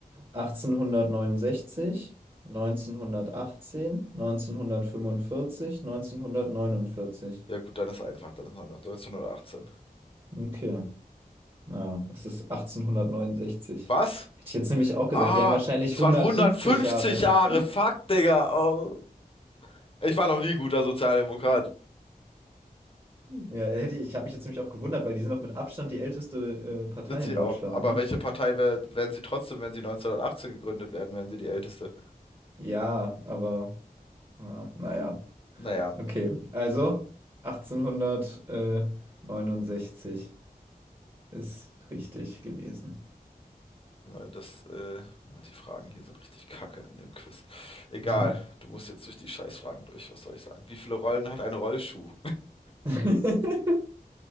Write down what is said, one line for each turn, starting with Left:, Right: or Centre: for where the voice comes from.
Right: 1869, 1918, 1945, 1949.
Left: Ja gut, dann ist einfach. Dann ist 1918.
Right: Okay. Ja, es ist 1869.
Left: Was?
Right: Hätte ich jetzt nämlich auch
Left: Ah,
Right: gesagt, die haben wahrscheinlich
Left: es
Right: 150
Left: waren 150
Right: Jahre.
Left: Jahre. Fuck, Digga. Oh. Ich war noch nie ein guter Sozialdemokrat.
Right: Ja, hätte ich, ich habe mich jetzt nämlich auch gewundert, weil die sind doch mit Abstand die älteste äh, Partei
Left: Sind sie
Right: in Deutschland,
Left: auch. Aber
Right: ne?
Left: welche Partei wär, wären sie trotzdem, wenn sie 1918 gegründet werden, wären sie die älteste?
Right: Ja, aber äh, naja.
Left: Naja,
Right: Okay, also 1869 ist richtig gewesen.
Left: immer das, äh, die Fragen hier sind richtig kacke in dem Quiz. Egal,
Right: Mhm.
Left: du musst jetzt durch die Scheißfragen durch, was soll ich sagen? Wie viele Rollen hat ein Rollschuh?
Right: <laughs>